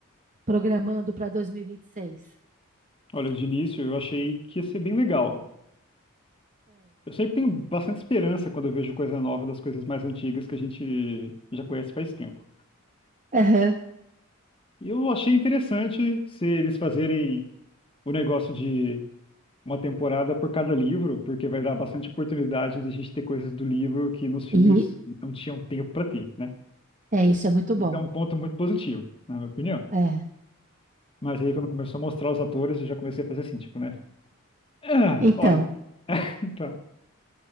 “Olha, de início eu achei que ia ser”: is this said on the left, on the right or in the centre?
Left